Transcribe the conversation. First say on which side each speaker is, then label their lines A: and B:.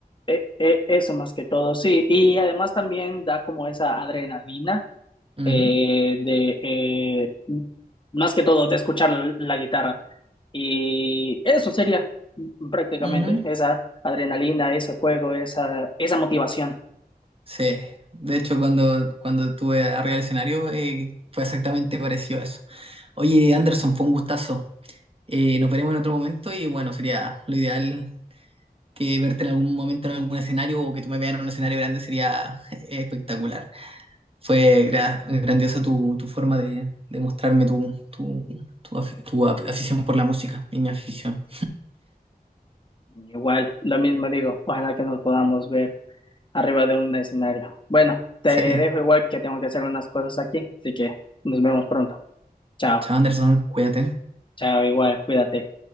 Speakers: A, on the left; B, on the right.
A: e- e- eso más que todo, sí. Y además también da como esa adrenalina
B: Ujú,
A: eh, de, eh, más que todo, de escuchar la la guitarra. Y eso sería prácticamente
B: ujú.
A: esa adrenalina, ese fuego, esa, esa motivación.
B: Sí. De hecho, cuando, cuando estuve arriba del escenario, eh, fue exactamente parecido a eso. Oye, Anderson, fue un gustazo. Eh, nos veremos en otro momento y bueno, sería lo ideal que verte en algún momento en algún escenario o que tú me veas en un escenario grande sería <laughs> espectacular. Fue gra- grandiosa tu, tu forma de, de mostrarme tu, tu, tu, afi- tu ap- afición por la música y mi afición.
A: Igual, lo mismo digo, ojalá que nos podamos ver arriba de un escenario. Bueno, te
B: Sería.
A: dejo igual que tengo que hacer unas cosas aquí, así que nos vemos pronto. Chao,
B: Chao Anderson, cuídate.
A: chao, igual, cuídate.